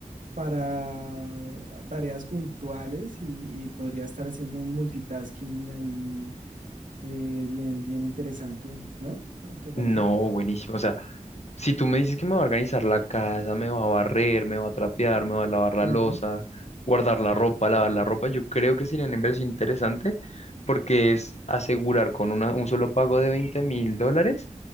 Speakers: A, on the right; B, on the left.
A: para ah, tareas puntuales y, y podría estar haciendo un multitasking ahí eh, bien, bien interesante, ¿no? ¿No te parece?
B: No, buenísimo. O sea, si tú me dices que me va a organizar la casa, me va a barrer, me va a trapear, me va a lavar la
A: Ujú.
B: losa, guardar la ropa, lavar la ropa, yo creo que sería una inversión interesante porque es asegurar con una- un solo pago de veinte mil dólares